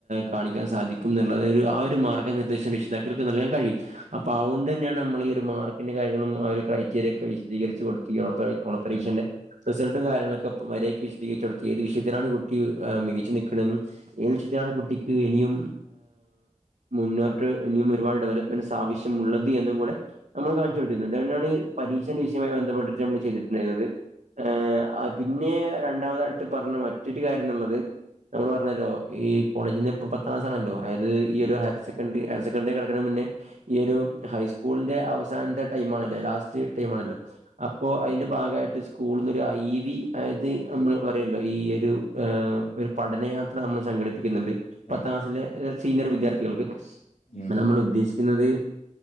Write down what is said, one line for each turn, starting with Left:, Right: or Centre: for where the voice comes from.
Right: കാണിക്കാൻ സാധിക്കും എന്നുള്ളത് ആ ഒരു മാർഗനിർദ്ദേശം രക്ഷ ാക്കക്ക് നൽാൻ കഴിയും അപ്പൊ അതൊണ്ട് തന്നെയാണ് നമ്മഈ ഒരു മാർിന്റെ കാര്ങ്ങളും ആ ഒരു ക്രറ്റീരിയ ഒക്കെ വിശദീകരി ഓണ പരീക്ഷന്റെ
Left: അതെ
Right: റിസൾട്ട് ും കാര്ങ്ങളൊക്കെ മര്യാക്ക് വിശദീകരിച്ചടുത്ത് ഏത് വിഷയത്തിലാണ് കുട്ടി് മികു നൽക്കുന്നതെന്നും ഏത് വിഷയത്തിലാണ് കുട്ടി ിയ മുന്നോട്ട് ഇനിയും ഒരുപാട് ഡെവലപ്മെന്റ്സ് ആവശ്യമ ഉുള്ളത് എന്നും കൂടെ നമ്മള് കാണിച്ചു കൊടുത്തിുന്നത് അാണ് പരീക്ഷണ വിഷയമായി ബന്ധപ്പെട്ടിട്ട് നമ്മള് ചെയ്തിട്ടുണ്ടായിരുന്നത് ഏർ പിന്നെ രണ്ടാമതായിട്ട് പറഞ്ഞ മറ്റൊരു കാര്യം എന്നുള്ളത് നമ്മൾ പറഞ്ഞല്ലോ ഈ കോളേജ നിന്ന് ഇ പത്താംക്ഥണല്ലോ അത് ഈ ഒരു ഹയർ സെക്കൻഡറി ഹയർ സെക്കൻഡറി കടക്ക മുന്നേ ഈ ഒരു ഹൂ സ്കൂളിന്റെ അവസാനത്തെ ടൈ ആണല്ലോ ലാസ്റ്റ് ടൈം ആണല്ലോ അപ്പോൊ അതിന്റെ ഭാഗമായിട്ട് സ്കൂളിൽന്ന് ഒരു ഐ വി അത് നമ്മള് പറയല്ലോ ഈ ഒരു ഒരു പഠന യാത്ര നമ്മൾ സംഘടിപ്പിക്കുന്നുണ്ട് പത്താം
Left: അതെ
Right: ക്ലാസിലെ സീനിയർ വിദ്യാർത്ഥികൾക്ക്
Left: ഉം
Right: നമ്മൾ ഉദ്ദേശ ുന്നത്്